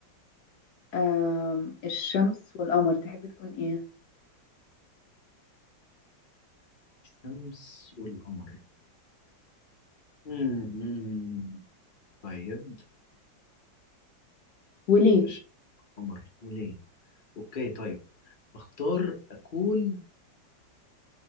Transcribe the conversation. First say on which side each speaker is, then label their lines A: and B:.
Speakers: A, on the left; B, on the left.
A: آه الشمس والقمر تحب تكون ايه
B: الشمس والقمر مم، مم. طيب
A: وليه
B: الشمس والقمر وليه اوكي طيب اختار اكون